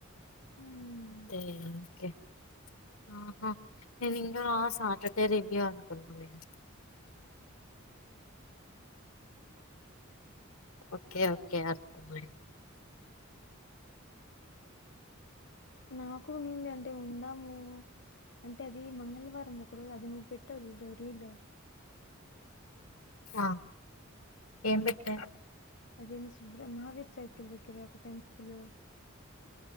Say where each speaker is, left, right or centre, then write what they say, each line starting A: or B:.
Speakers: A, on the left; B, on the left.
A: మ్మ్.
B: అదే ఓకేహా నేను ఇంకా సాటర్డే రివ్యూ అనుకున్నాను నేను ఓకే ఓకే అర్థమయింది
A: నాకు నింది అంటే ఉందాము అంటే అది మంగళవారం ఒక రోజు అది నువ్వు పెట్టవు చుడు రీలు
B: ఆ ఏం పెట్ట
A: అదేమి సుబ్రమహావీర్ సర్కిల్ దగ్గర ఒక టెంపుల్